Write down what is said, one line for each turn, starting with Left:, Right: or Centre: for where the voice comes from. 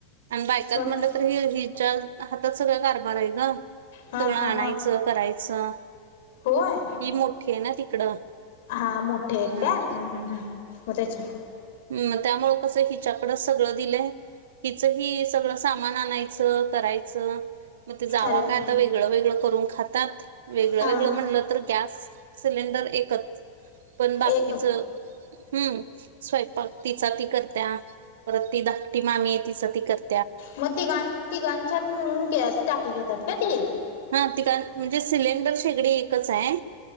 Right: आणि बायकात
Left: बर
Right: मनल तर हे हिच्याच हातात सगळ कारभार आहे ग
Left: हा
Right: सगळं
Left: हा
Right: आणायचं
Left: हा
Right: करायचं
Left: होय
Right: ही मोठी आहे ना तिकडं.
Left: हा मोठे आहेत
Right: ह
Left: का हम्म हम्म् मग तेच्या
Right: हम् त्यामुळ कसं हिच्याकडं सगळं दिलंय हिचं ही सगळं सामान आणायचं करायचं. म ते जाव
Left: अरे वा
Right: काय आता वेगळं वेगळं करून खातात, वेगळं
Left: हा
Right: वेगळं
Left: हा
Right: म्हणलं तर गॅस सिलेंडर एकच. पण बाकीच
Left: एक
Right: हम्म स्वयंपाक तिचा ती करत्या, परत ती धाकटी मामी आहे तिचा ती करत
Left: मग तीघा तीघाच्यात मिळून गॅस टाकी घेतात का ती
Right: हा तिघा म्हणजे सिलेंडर शेगडी एकच हाय